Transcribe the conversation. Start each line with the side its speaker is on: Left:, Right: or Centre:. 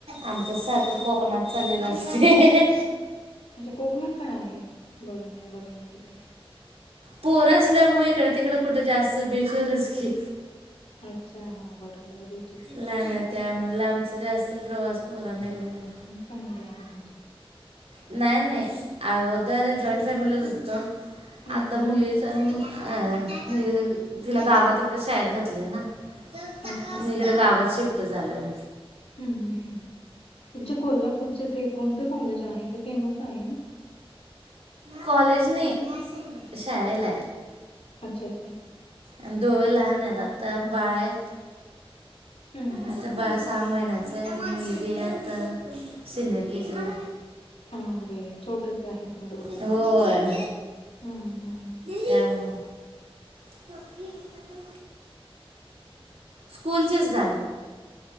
Right: आमच्या सारखं कोकणात चालेल असतय.
Left: म्हणजे कोकणात काय आहे बघाय बघायला तिकडे?
Right: पोर असल्यामुळे इकड तिकड कुठं जास्त बीचवरच की.
Left: अच्छा हा बरोबर बीचेस
Right: लहान आहेत त्यामुळ लांबचा जास्त प्रवास पोरांना घेऊन नाही.
Left: पणली आहेत म्हणजे.
Right: नाही नाही अगोदर जॉईंट फॅमिलीच होतो
Left: हम्म
Right: आता
Left: हम्म
Right: मुलीच तर अ तिला गावात इकड शाळेत घातलंय ना मग
Left: अच्छा हा
Right: इकडं
Left: हा
Right: गावात शिफ्ट झालोय.
Left: हम्म हम्म हम्म तुमच्या कोल्हापूरचे ते कोणतं कॉलेज आहे ते फेमस आहे ना?
Right: कॉलेज नाय शाळेलाय.
Left: अच्छा अच्छा
Right: आन दोघ लहान आहेत आता बाळय.
Left: हम्म हम्म
Right: आता बाळ सहा महिन्याचय, अन मुलगी आता सिनियर के जी ला.
Left: हम्म अरे छोटेसे आहेत मग दोघं
Right: होय.
Left: पण हम्म हम्म
Right: त्यामुळ <inaudible> स्कूलचेच घाल.